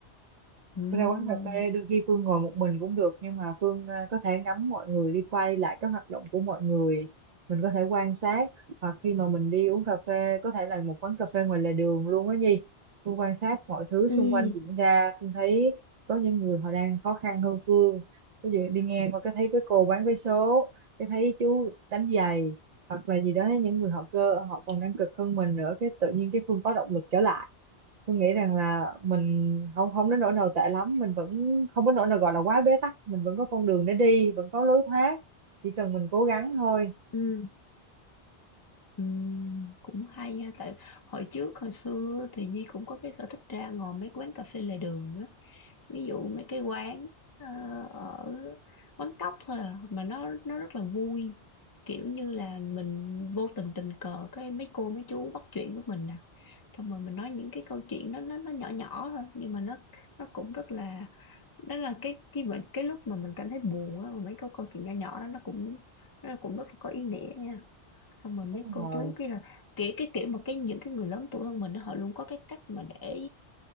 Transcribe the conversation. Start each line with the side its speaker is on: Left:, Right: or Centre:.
Left: Ừm,
Right: Ra quán cà phê đôi khi Phương ngồi một mình cũng được nhưng mà Phương à, có thể ngắm mọi người đi qua đi lại các hoạt động của mọi người mình có thể quan sát hoặc khi mà mình đi uống cà phê có thể là một quán cà phê ngoài lề đường luôn á Nhi Phương quan sát mọi thứ xung
Left: ừm,
Right: quanh diễn ra Phương thấy có những người họ đang khó khăn hơn Phương ví dụ đi ngang qua cái thấy cái cô bán vé số cái thấy chú đánh giày hoặc là gì đó thấy những người họ cơ họ còn đang cực hơn mình nữa cái tự nhiên cái Phương có động lực trở lại tôi nghĩ rằng là mình không không đến nỗi nào tệ lắm mình vẫn không đến nỗi nào gọi là quá bế tắc mình vẫn có con đường để đi vẫn có lối thoát chỉ cần mình cố gắng thôi
Left: ừm, ừm, cũng hay ha tại hồi trước hồi xưa thì Nhi cũng có cái sở thích ra ngồi mấy quán cà phê lề đường á ví dụ mấy cái quán ờ, ở quán cóc thôi à mà nó nó rất là vui kiểu như là mình vô tình tình cờ cái mấy cô mấy chú bắt chuyện với mình nè xong rồi mình nói những cái câu chuyện đó nó nó nhỏ nhỏ thôi nhưng mà nó nó cũng rất là đó là cái cái mình cái lúc mà mình cảm thấy buồn á mà mấy câu câu chuyện nhỏ nhỏ đó nó cũng nó cũng rất là có ý nghĩa nha xong rồi mấy
Right: đúng
Left: cô
Right: rồi
Left: chú kia là kiểu cái kiểu mà cái những cái người lớn tuổi hơn mình đó, họ luôn có cái cách mà để